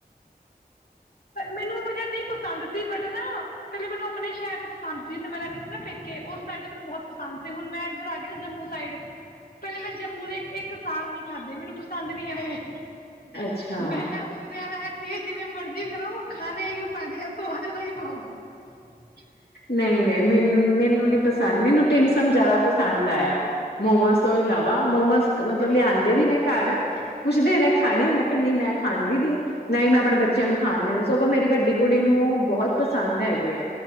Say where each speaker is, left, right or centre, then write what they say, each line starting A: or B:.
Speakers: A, on the left; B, on the left.
A: ਮੈਨੂੰ ਮਲ ਨਹੀਂ ਪਸੰਦ ਸੀ ਬ ਨਾ ਪਹਿਲੇ ਮੈਨੂੰ ਆਪਣੇ ਸ਼ਹਿਰ ਪਸੰਦ ਸੀ ਤੇ ਮੈਂ ਰਹਿੰਦੀ ਸੀ ਨਾ ਪੇਕੇ ਉਸ ਸਾਈਡ ਦੇ ਮੈਨੂੰ ਬਹੁਤ ਪਸੰਦ ਸੀ ਹੁਣ ਮੈਂ ਇੱਧਰ ਆ ਗ ਨਾ ਜੰਮੂ ਸਾਈਡ ਪਹਿਲੇ ਮੈਂ ਜੰਮੂ ਦੇ ਇੱਕ ਸਾਲ ਨੀ ਖਾਧੇ ਮੈਨੂੰ ਪਸੰਦ ਨੀ ਆਏ
B: ਅੱਛਾ
A: ਮੈਂ ਹੁਣਦਿਆਂ ਠੀਕ ਜਿਵੇਂ ਮਰਜੀ ਕਰੋ ਖਾਣੇ ਹੈ ਉਹ ਪਾਨੇ ੳ <unintelligible>
B: ਨਹੀਂ ਨਹੀਂ ਮੈਨੂੰ ਮੈਨੂੰ ਨੀ ਪਸੰਦ ਮੈਨੂੰ ਟਿਮਸਮ ਜ਼ਿਆਦਾ ਪਸੰਦ ਆਇਆ ਮੋਮੋਸ ਸੋਇ ਲਾਵਾ ਮੋਮੋਜ਼ ਮਤਲਬ ਲਿਆਂਂਦੇ ਵੀ ਨੇ ਘਰ ਪੁੱਛਦੇ ਨੇ ਖਾਣੇ ਮੈਂ ਕਿਹਾ ਨਹੀਂ ਮੈਂ ਖਾਂਦੀ ਨੀ ਨਾ ਹੀ ਮੈਂ ਆਪਣੇ ਬੱਚਿਆਂ ਨੂੰ ਖਾਂਦੇ ਨੇ ਸਗੋਂ ਮੇਰੀ ਵੱਡੀ ਕੁੜੀ ਨੂੰ ਬਹੁਤ ਪਸੰਦ ਹੈਗੇ ਆ